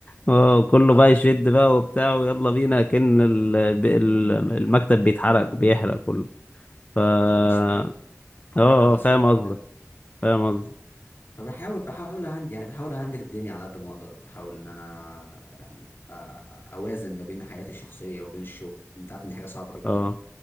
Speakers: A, on the left; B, on the left.
A: اه كله
B: اه
A: بقى يشد بقى وبتاع ويلا بينا كأن ال- الب- ال- المكتب بيتحرق وبيحرق كله ف اه
B: ما مش حاجه
A: آه،
B: عبث
A: فاهم
B: والله
A: قصدك
B: بجد
A: فاهم قصدك
B: فبحاول بحاول هند يعني بحاول اهندل الدنيا على قد ما اقدر بحاول ان انا يعني أ- أ- اوازن ما بين حياتي الشخصيه وبين الشغل انت عارف ان دي حاجه صعبه جدا
A: اه